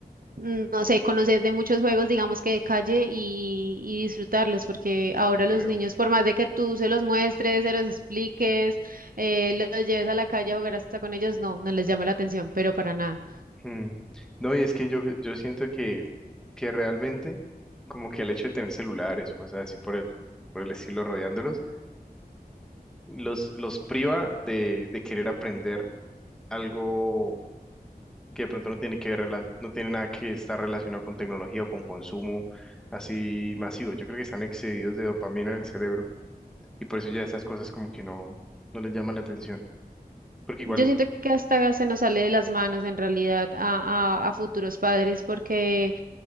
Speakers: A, on the right; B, in the centre.
A: mm, no sé, conocer de muchos juegos, digamos que de calle y, y disfrutarlos, porque ahora
B: sí creo.
A: los niños, por más de que tú se los muestres, se los expliques, eh, los lleves a la calle a jugar hasta con ellos, no, no les llama la atención, pero para nada.
B: Mm. No, y es que yo, yo siento que, que realmente, como que el hecho de tener celulares o cosas así por el, por el estilo rodeándolos, los, los priva de, de querer aprender algo que de pronto no tiene que ver, rela- no tiene nada que estar relacionado con tecnología o con consumo así masivo. Yo creo que están excedidos de dopamina en el cerebro y por eso ya esas cosas como que no, no les llaman la atención. Porque igual,
A: Yo siento que hasta se nos sale de las manos en realidad a, a, a futuros padres, porque